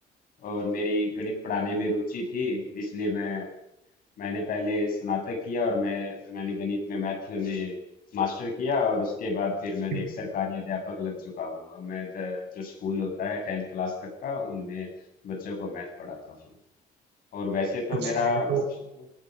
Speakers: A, on the left; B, on the right.
A: और मेरी गणित पढ़ाने में रुचि थी इसलिए मैं मैंने पहले स्नातक किया और मैं मैंने गणित में मैथ में मास्टर किया और उसके बाद फिर मैं
B: हम्म,
A: एक सरकारी अध्यापक लग चुका हूँ अब मैं द, जो स्कूल होता है टेंथ क्लास तक का उनमें बच्चों को मैथ पढ़ाता हूँ और वैसे तो
B: अच्छा
A: मेरा
B: ये तो
A: लक्ष्य